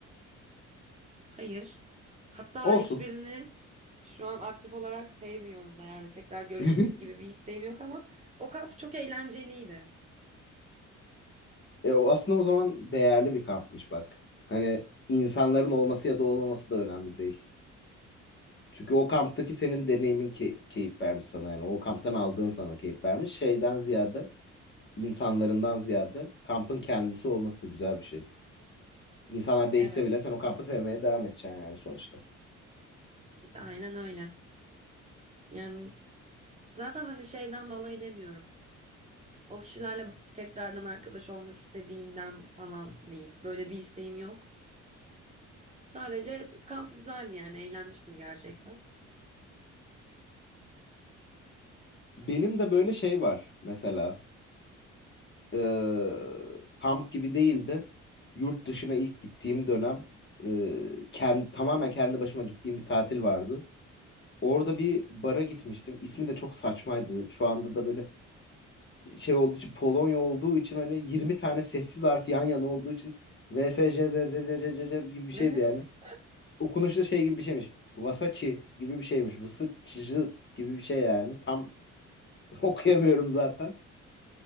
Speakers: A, on the right (about 25°); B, on the left (about 40°).
A: Hayır. Hatta
B: Olsun.
A: hiçbirini şu an aktif olarak sevmiyorum da yani tekrar görüşmek
B: <laughs>
A: gibi bir isteğim yok ama o kamp çok eğlenceliydi.
B: E, o aslında o zaman değerli bir kampmış bak. Hani insanların olması ya da olmaması da önemli değil. Çünkü o kamptaki senin deneyimin key- keyif vermiş sana yani. O kamptan aldığın sana keyif vermiş. Şeyden ziyade, insanlarından ziyade kampın kendisi olması da güzel bir şey. İnsanlar değişse
A: Evet.
B: bile sen o kampı sevmeye devam edeceksin yani sonuçta.
A: Aynen öyle. Yani zaten hani şeyden dolayı demiyorum. O kişilerle tekrardan arkadaş olmak istediğimden falan değil. Böyle bir isteğim yok. Sadece kamp güzeldi yani eğlenmiştim gerçekten.
B: Benim de böyle şey var mesela. Ee, kamp gibi değil de yurt dışına ilk gittiğim dönem e, kend- tamamen kendi başıma gittiğim bir tatil vardı. Orada bir bara gitmiştim. İsmi de çok saçmaydı. Şu anda da böyle şey olduğu için Polonya olduğu için hani 20 tane sessiz harf yan yana olduğu için V S J Z Z Z Z Z Z gibi bir şeydi
A: <laughs>
B: yani. Okunuşu da şey gibi bir şeymiş. Vasaçi gibi bir şeymiş. Vısıçıcı gibi bir şey yani. Tam <laughs> okuyamıyorum zaten.